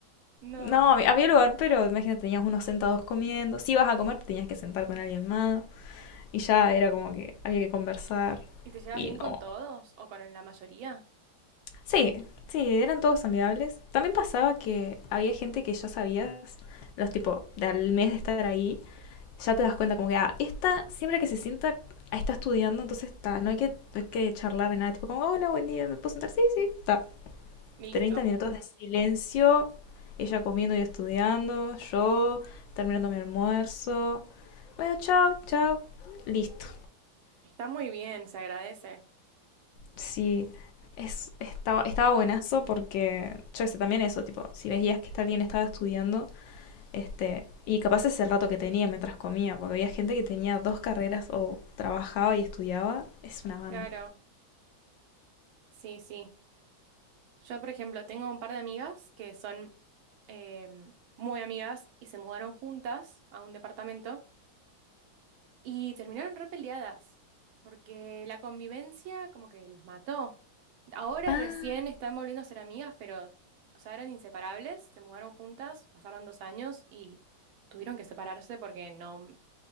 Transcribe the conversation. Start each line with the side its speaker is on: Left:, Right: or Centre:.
Right: No.
Left: No, había había lugar, pero imagínate, teníamos unos sentados comiendo. Si ibas a comer, te tenías que sentar con alguien más. Y ya era como que había que conversar.
Right: ¿Y te llevas
Left: Y
Right: bien
Left: no.
Right: con todos o con la mayoría?
Left: Sí, sí, eran todos amigables. También pasaba que había gente que ya sabías, los tipo, de al mes de estar ahí, ya te das cuenta como que, ah, esta siempre que se sienta, ah, está estudiando, entonces está, no hay que, no hay que charlar de nada. Tipo, como, hola, buen día, ¿me puedo sentar? Sí, sí, está.
Right: Listo.
Left: treinta minutos de silencio, ella comiendo y estudiando, yo terminando mi almuerzo. Bueno, chao, chao. Listo.
Right: Está muy bien, se agradece.
Left: Sí, es, estaba, estaba buenazo porque, yo qué sé, también eso, tipo, si veías que alguien estaba estudiando, este, y capaz es el rato que tenía mientras comía, porque había gente que tenía dos carreras o trabajaba y estudiaba, es una banda.
Right: Claro. Sí, sí. Yo, por ejemplo, tengo un par de amigas que son em, muy amigas y se mudaron juntas a un departamento y terminaron repeleadas porque la convivencia como que les mató. Ahora
Left: ¡Pah!
Right: recién
Left: <laughs>
Right: están volviendo a ser amigas, pero, o sea, eran inseparables, se mudaron juntas, pasaron dos años y tuvieron que separarse porque no,